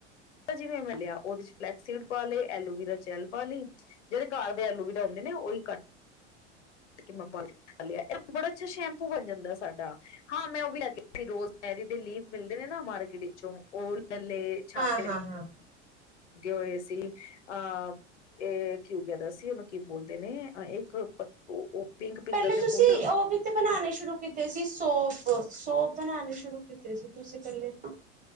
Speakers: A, on the left (about 75°); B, on the right (about 20°).
A: ਜਿਵੇਂ ਮਿਲਿਆ ਉਹਦੇ ਚ ਫਲੈਕਸੀਡ ਪਾਲੇ, ਐਲੋਵਰਾ ਜੈਲ ਪਾ ਲਈ, ਜਿਹੜੇ ਘਰ ਦੇ ਐਲੋਵਰਾ ਹੁੰਦੇ ਨੇ ਉਹੀ ਕੱਟ ਮੈਂ ਪਾ ਲਿਆ, ਬੜਾ ਅੱਛਾ ਸ਼ੈਂਪੂ ਬਣ ਜਾਂਦਾ ਸਾਡਾ ਹਾਂ ਮੈਂ ਉਹ ਵੀ ਲੈਕੇ ਆਈ ਸੀ ਰੋਜ਼ ਮੈਰੀ ਦੇ ਲੀਫ ਮਿਲਦੇ ਨੇ ਨਾ ਮਾਰਕੀਟ ਵਿੱਚੋਂ ਉਹ ਗੱਲੇ ਛਾਪ
B: ਹਾਂ-ਹਾਂ।
A: ਜੋ ਇਹ ਸੀ ਅਹ ਇਹ ਕਿਉਬ ਸੀ, ਉਹਨੂੰ ਕੀ ਬੋਲਦੇ ਨੇ ਇੱਕ ਪਿੰਕ ਪਿੰਕ
B: ਪਹਿਲੇ
A: ਕਲਰ ਦੇ
B: ਤੁਸੀਂ
A: ਫੁੱਲ
B: ਉਹ ਵੀ ਤੇ ਬਣਾਣੇ ਸ਼ੁਰੂ ਕੀਤੇ ਸੀ ਸੋਫ ਸੋਪ ਬਣਾਉਣੇ ਸ਼ੁਰੂ ਕੀਤੀ ਸੀ ਤੁਸੀਂ ਪਹਿਲੇ